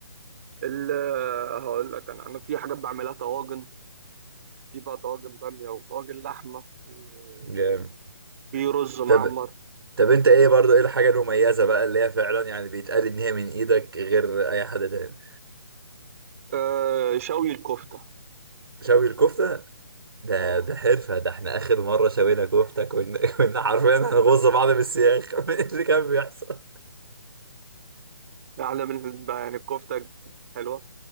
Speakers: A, on the right; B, on the right.
A: ال- آه، هقول لك أنا أنا في حاجات بعملها طواجن في بقى طواجن بامية وطواجن لحمة وفي
B: جامد
A: رز معمر
B: طب طب انت ايه برضو ايه الحاجه المميزه بقى اللي هي فعلا يعني بيتقال ان هي من ايدك غير اي حد تاني
A: آه، شوي الكفتة
B: شوي الكفتة ده
A: اه
B: ده حرفة ده احنا آخر مرة شوينا كفتة كنا <laughs> كنا حرفيا هنغز بعض بالسياخ <laughs> من اللي كان بيحصل
A: ده احلى من بقى يعني الكفته حلوه